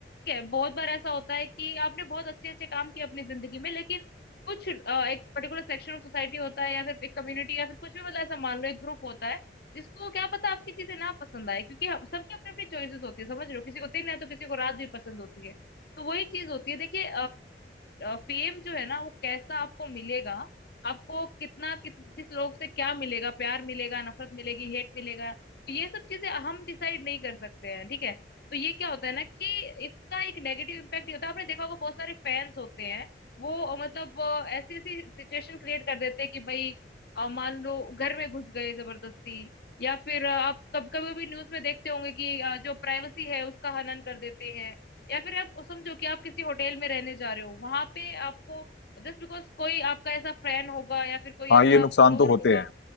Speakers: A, on the left; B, on the left.
A: है बहुत बार ऐसा होता है कि आपने बहुत अच्छे अच्छे काम किए अपनी जिंदगी में लेकिन कुछ अ, एक पर्टिकुलर सेक्शन ऑफ सोसाइटी होता है या फिर एक कम्युनिटी या फिर कुछ भी मतलब ऐसा मान लो एक ग्रुप होता है जिसको क्या पता आपकी चीजें ना पसंद आए क्योंकि हम- सबकी अपनी अपनी चॉइसेस होती है समझ लो किसी को दिन है तो किसी को रात भी पसंद होती है तो वही चीज होती है देखिए फेम जो है ना वो कैसा आपको मिलेगा आपको कितना कित, किस लोग से क्या मिलेगा प्यार मिलेगा नफरत मिलेगी हेट मिलेगा तो ये सब चीजें हम डिसाइड नहीं कर सकते हैं ठीक है तो ये क्या होता है ना कि इसका एक नेगेटिव इम्पैक्ट ये होता है आपने देखा होगा बहुत सारे फैंस होते हैं वो अ, मतलब अ, ऐसी ऐसी सिचुएशन क्रिएट कर देते हैं कि भाई अ, मान लो घर में घुस गए जबरदस्ती या फिर अ, आप कब कभी कभी न्यूज में देखते होंगे कि अ, जो प्राइवेसी है उसका हनन कर देते हैं या फिर आप समझो कि आप किसी होटल में रहने जा रहे हो वहां पे आपको जस्ट बिकॉज कोई आपका ऐसा फ्रेंड होगा या फिर कोई
B: हाँ
A: ऐसा
B: ये नुकसान
A: फॉलोअर
B: तो होते
A: होगा
B: हैं